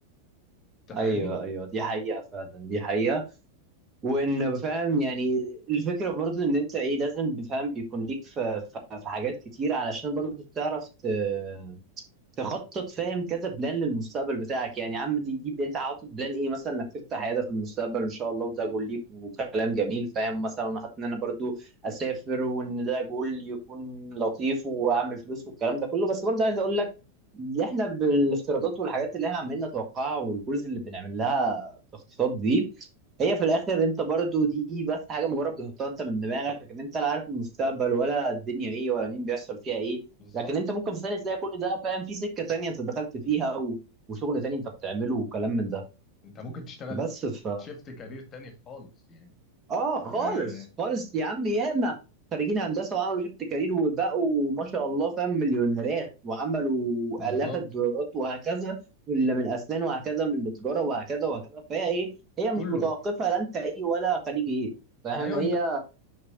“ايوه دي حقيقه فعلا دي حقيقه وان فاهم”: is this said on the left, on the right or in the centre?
Right